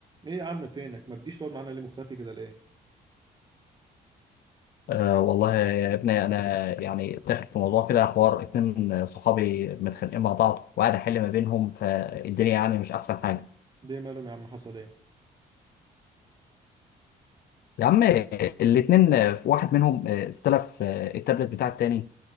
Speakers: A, on the right; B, on the left.
A: ايه يا عم فينك ما بتجيش تقعد معانا ليه مختفي كده ليه
B: أه والله يا ابني انا يعني داخل في موضوع كده حوار اتنين صحابي متخانقين مع بعض وقاعد احل ما بينهم فالدنيا يعني مش احسن حاجه
A: ليه مالهم يا عم حصل ايه
B: يا عم الاتنين آه، واحد منهم آه، استلف آه، التابلت بتاع التاني